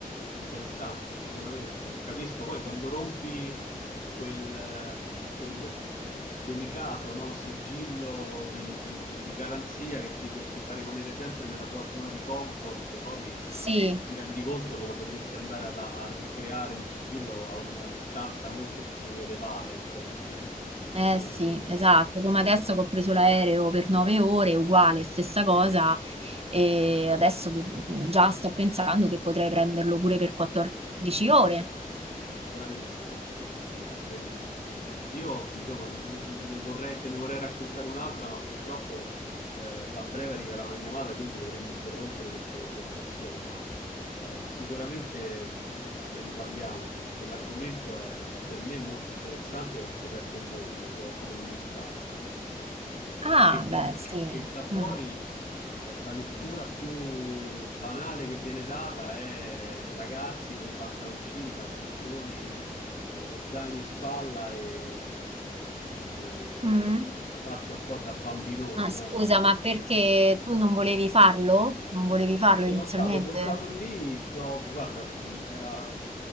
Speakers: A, on the left; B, on the right.
A: interessante sicuramente. Capisco, poi quando rompi quel, eh, quel delicato no, sigillo di, di- di garanzia che ti, ti fa rimanere sempre nella tua zona di comfort, poi
B: Sì.
A: ti rendi conto che lo potresti andare ad- a ricreare un sigillo a una distanza molto più elevata in termini di
B: Eh
A: avventura.
B: sì, esatto, come adesso che ho preso l'aereo per nove ore, uguale, stessa cosa, e adesso de- già sto pensando che potrei prenderlo pure per 14 ore.
A: Bravissimo, bravissimo. Io, diciamo, ne, ne- ne vorrei, te ne vorrei raccontare un'altra, ma purtroppo eh, a breve arriverà una chiamata, quindi dovremo interrompere questa conversazione, ma eh, sicuramente ne riparliamo perché l'argomento è per me molto interessante e ho scoperto un mondo che è quello degli scout
B: Ah,
A: che
B: beh,
A: da,
B: sì.
A: che da fuori
B: Mm.
A: eh, la lettura più banale che viene data è ragazzi con i pantaloncini, i calzettoni, eh, lo zaino in spalla e, e
B: Mm.
A: la faccia un po' da bambinoni,
B: Ah,
A: no?
B: scusa,
A: Nel senso
B: ma perché tu non volevi farlo? Non volevi farlo
A: sono
B: inizialmente?
A: stato portato lì, do- guarda, mh, era-